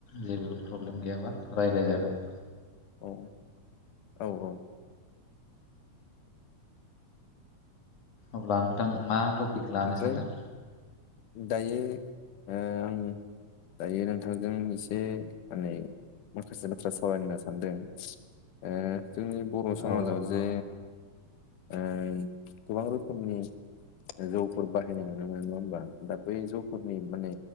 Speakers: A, on the left; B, on the left.
A: जेबो प्रब्लेम गैयाबा रायज्लाय जागोन।
B: औ औ औ
A: अब्ला नोंथां मा टपिक? लानो
B: ओमफ्राय
A: सानदों
B: दायो ओ आं दायो नोंथांजों एसे माने माखासे बाथ्रा सावरायनो होनना सानदों ओ जोंनि बर' समाजाव
A: औ नोंथां
B: जे
A: औ
B: ओं गोबां रोखोमनि जौफोर बाहायनाय नुनो मोनो नंङा होमबा दा बै जौफोरनि माने